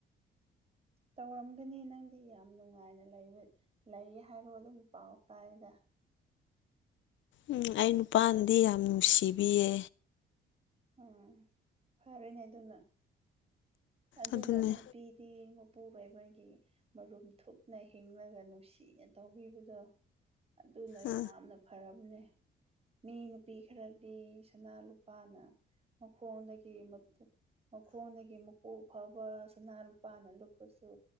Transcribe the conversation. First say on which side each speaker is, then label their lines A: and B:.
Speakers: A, on the right; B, on the left.
A: ꯇꯧꯔꯝꯒꯅꯤ ꯅꯪꯗꯤ ꯌꯥꯝ ꯅꯨꯡꯉꯥꯏꯅ ꯂꯩꯕ ꯂꯩ ꯍꯥꯏꯕ ꯑꯗꯨꯝ ꯄꯥꯎ ꯇꯥꯏꯗ
B: ꯎꯝ ꯑꯩ ꯅꯨꯄꯥꯅꯗꯤ ꯌꯥꯝ ꯅꯨꯡꯁꯤꯕꯤꯌꯦ
A: ꯎꯝ ꯐꯔꯅꯦ ꯑꯗꯨꯅ ꯑꯗꯨꯅ
B: ꯑꯗꯨꯅꯦ
A: ꯅꯨꯄꯤꯗꯤ ꯃꯄꯨꯔꯕꯣꯏꯕꯒꯤ ꯃꯔꯨꯝ ꯊꯨꯞꯅ ꯍꯤꯡꯂꯒ ꯅꯨꯡꯁꯤꯅ ꯇꯧꯕꯤꯕꯗꯣ ꯑꯗꯨꯅ
B: ꯑ
A: ꯌꯥꯝꯅ ꯐꯔꯕꯅꯦ ꯃꯤ ꯅꯨꯄꯤ ꯈꯔꯗꯤ ꯁꯅꯥ ꯂꯨꯄꯥꯅ ꯃꯈꯣꯡꯗꯒꯤ ꯃꯈꯣꯡꯗꯒꯤ ꯃꯀꯣꯛ ꯐꯥꯎꯕ ꯁꯅꯥ ꯂꯨꯄꯥꯅ ꯂꯨꯞꯄꯁꯨ